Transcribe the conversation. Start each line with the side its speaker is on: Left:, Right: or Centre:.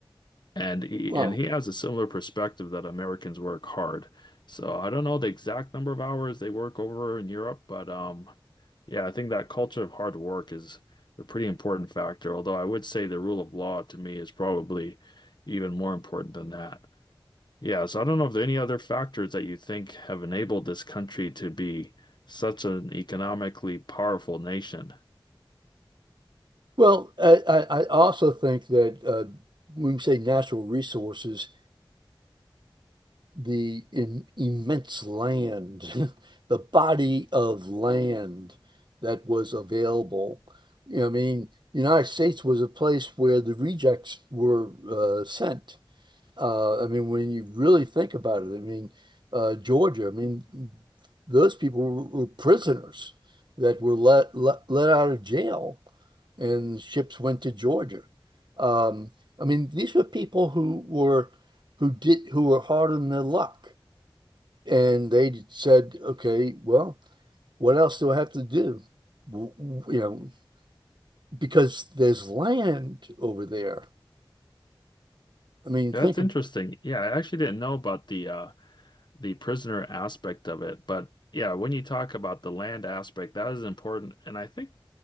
Left: and he
Right: Wow.
Left: and he has a similar perspective that Americans work hard. So I don't know the exact number of hours they work over in Europe, but um, yeah, I think that culture of hard work is a pretty important factor. Although I would say the rule of law to me is probably even more important than that. Yeah, so I don't know if there are any other factors that you think have enabled this country to be such an economically powerful nation.
Right: Well, I, I I also think that uh, when we say natural resources, the im immense land, <laughs> the body of land that was available. You know, I mean, the United States was a place where the rejects were uh, sent. Uh, I mean, when you really think about it, I mean, uh, Georgia, I mean, those people were, were prisoners that were let, let let out of jail, and ships went to Georgia. Um, I mean, these were people who were who did who were hard on their luck, and they said, "Okay, well, what else do I have to do?" W- w- You know, because there's land over there. I mean, think.
Left: Yeah, That's interesting.
Right: of-
Left: Yeah, I actually didn't know about the uh, the prisoner aspect of it. But yeah, when you talk about the land aspect, that is important. And I think